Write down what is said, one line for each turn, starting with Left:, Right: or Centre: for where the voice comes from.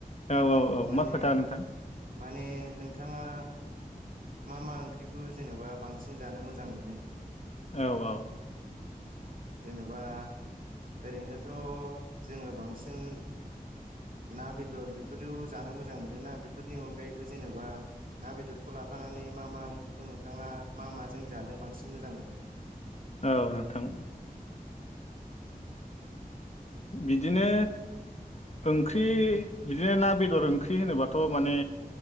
Left: औ औ औ
Right: माने
Left: मा खोथा नोंथां?
Right: माने नोंथाङा मा मा ओंख्रिखौ जेनेबा बांसिन जानो मोजां मोनो
Left: औ औ
Right: जेनेबा ओरैनोथ' जोङो बांसिन ना, बेदर बेफोरो जानो मोजां मोन ना बेफोरनि अनगायैबो जेन'बा ना, बेदरखौ लाफानानै मा मा ओंख्रिखौ नोंथाङा मा माजों जानो बांसिन मोजां मोनो।
Left: औ नोंथां
Right: <inaudible>
Left: बिदिनो ओंख्रि बिदिनो ना बेदर ओंख्रि होनोबाथ' माने